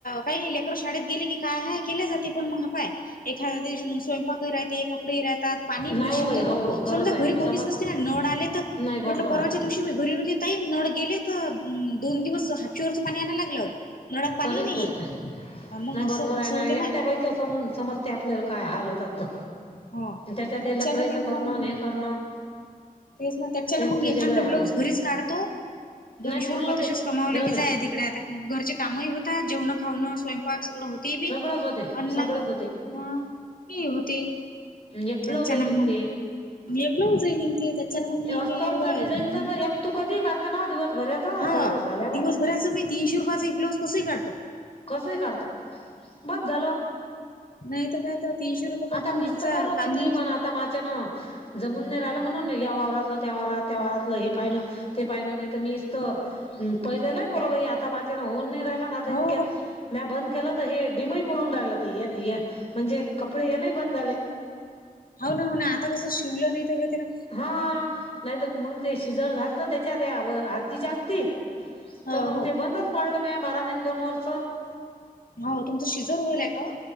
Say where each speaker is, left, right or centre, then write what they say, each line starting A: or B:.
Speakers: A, on the left; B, on the left.
A: काही नाही लेकर शाळेत गेली की काय हय केली जाते पण मग ह पाय एखादा. व स्वयंपाक राहते कपडे राहतात पाणी भरशीलन
B: नाही हो बाई
A: तर
B: हो
A: तू
B: खरंच
A: समजा
B: आहे
A: घरी
B: मग
A: कोणीच
B: समज
A: नसते ना नळ आले तर.
B: नाही बरोबर
A: म्हट परवाच्या
B: आहे
A: दिवशी मी घरी नळ गेले दोन दिवस हरच पाणी आणला लागलं म्ह पाणी
B: खरीच
A: नाहीये.
B: गोष्ट आहे
A: मग
B: नाही
A: असं
B: बरोबर आहे
A: असं
B: ना
A: होते
B: एकट्या बाईच सम समजते आपल्याला काय हाल होतात. तर
A: हा
B: त्याच्यात ते
A: त्याच्यानी
B: लकराईचं
A: मग.
B: करणं आणि हे करणं
A: तेच ना त्याच्याने
B: एकटीचे
A: मग एखादा
B: लय हाल
A: ब्लाऊज
B: होतात
A: घरीच काढतो.
B: नाही
A: दोनशे
B: पुरलं
A: रुपये तसेच
B: ते
A: कमावले
B: जाऊ
A: की
B: दे
A: जाय तिककडे आता घरचे कामही होत जेवण खाणं स्वयंपाक. ए होती बी
B: सगळंच होते
A: आणि
B: सगळंच
A: लागे
B: होते
A: की होती.
B: एक ब्लाऊजही
A: त्याचच्यान
B: निघते
A: मगलज आहेन ते. मग मी
B: अस्तरच
A: काही एवढं आहे.
B: डिझाईनच तर एक तू कधी काढतो ना दिवसभराचं
A: हा
B: सगळं झाल्यावर
A: दिवसभराच मी तीनशे रुपयाचा एक ब्लाऊज तसही काढतो.
B: कस काढत बस झालो.
A: नाही तर काय तर तीनशे रुपये कमवून
B: आता म मिस
A: घरचा
B: तर करू
A: कामधंदा
B: किती पण आता माझे न जमून नाही राहिला. म्हणून या वावरातलं त्याात त्या वाातलं हे पाहिण ते पाहिण नाही तर मीत पहिलेला आता मा होऊ नाही राहिला इतक्यात
A: हो
B: बंद के तर हे डम पडून राहिलं ते म्हणजे कपडे ये नाही बंद झाले
A: हो ना हो ना आता कसं शिवलं नाही ते तर ना
B: हा नाहीत मग ते शिजर झालं तर त्यांच्यात आरती च्यागती
A: हो
B: तर मग
A: हो
B: ते बंदच पाडलं मग बारा महिने दोन वर्ष
A: हो तुमचा शिजर होईल आहे का